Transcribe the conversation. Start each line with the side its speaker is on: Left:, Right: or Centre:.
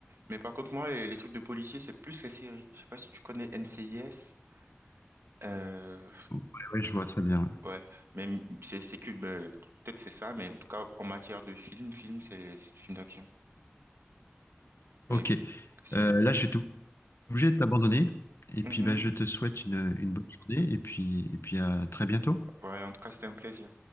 Right: Mais par contre, moi, les, les trucs de policiers, c'est plus les séries. Je sais pas si tu connais NCIS. Euh,
Left: Ouais, ouais, je vois très bien. ouais.
Right: ouais, mais m- c'est c'est que ben, peut-être c'est ça, mais en tout cas, en matière de film, film, c'est c'est film d'action. Mais
Left: Ok.
Right: c'est.
Left: Euh, là, je vais obligé de t'abandonner. Et
Right: Mhm.
Left: puis, bah, je te souhaite une, une bonne journée et puis, et puis à très bientôt.
Right: Ouais, en tout cas, c'était un plaisir.